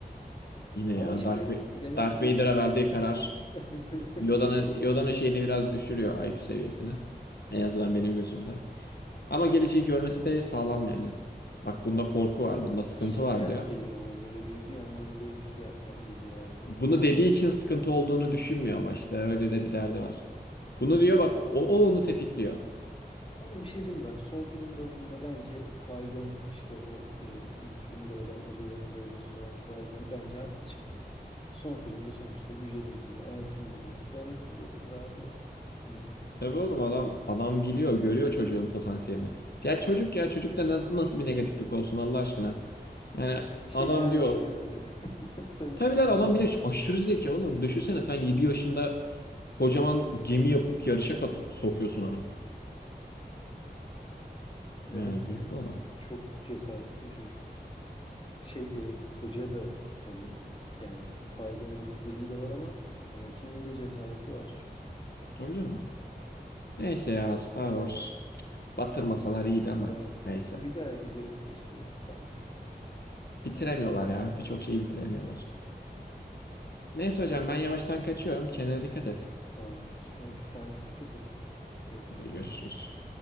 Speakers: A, on the left (about 75°); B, on the left (about 30°).
A: Yine
B: Ama
A: ya
B: işte
A: Dark, Ve-
B: demek
A: Darth
B: ki
A: Vader'a verdiği karar
B: <laughs>
A: Yoda'nın Yoda'nın şeyini biraz düşürüyor IQ seviyesini. En azından benim gözümde. Ama geleceği görmesi de sağlam yani. Bak bunda korku var, bunda sıkıntı
B: hissiyat
A: var diyor.
B: geliyor ona böyle bir bir anda Yoda'ya hissiyatlar geliyor her bir.
A: Bunu
B: Ama
A: dediği için sıkıntı olduğunu düşünmüyor ama işte öyle de bir derdi var. Bunu diyor bak o, o onu tetikliyor.
B: ama bir şey diyeyim mi? bak son film bazında bence Qui-Gon işte o e, ilk filmde ölen Obi-Wan'ın da hocası olan Qui-Gon bence haklı çıktı. Son filmde sonuçta güce dengeyi Anakin mi getirdi? Anakin getirdi abi ya bildiğin.
A: Tabii oğlum adam adam biliyor, görüyor çocuğun potansiyelini. Ya çocuk ya çocukta nasıl, nasıl bir negatiflik olsun Allah aşkına. Yani
B: Şeker
A: adam diyor
B: bir şey böyle. <laughs> Sarışın
A: Tabii lan
B: minik.
A: adam bir de şu aşırı zeki oğlum. Düşünsene sen 7 yaşında kocaman gemi yapıp yarışa kat sokuyorsun onu.
B: Evet
A: Yani büyük
B: evet.
A: bir olay.
B: Çok cesaretli çocuk. Şey e, hoca da tabii yani Qui-Gon'un bilgeliği de var ama Anakin'in de cesareti var.
A: Tabii canım. Neyse ya Star Wars. Batırmasalar iyiydi
B: Güzeldi.
A: ama. Neyse.
B: Güzel gidiyordu da işte bitti abi ya.
A: Bitiremiyorlar ya. Birçok şeyi bitiremiyorlar. Neyse hocam ben yavaştan kaçıyorum. Kendine dikkat et.
B: Tamamdır kanka sen dikkat et. Görüşürüz.
A: Hadi görüşürüz.